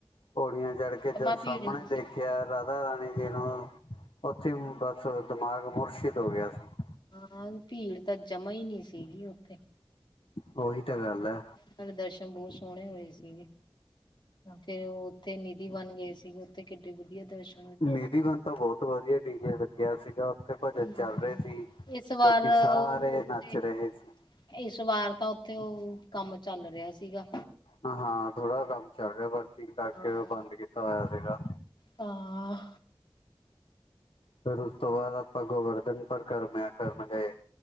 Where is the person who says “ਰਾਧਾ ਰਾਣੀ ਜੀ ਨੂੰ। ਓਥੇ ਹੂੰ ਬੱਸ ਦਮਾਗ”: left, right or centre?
Left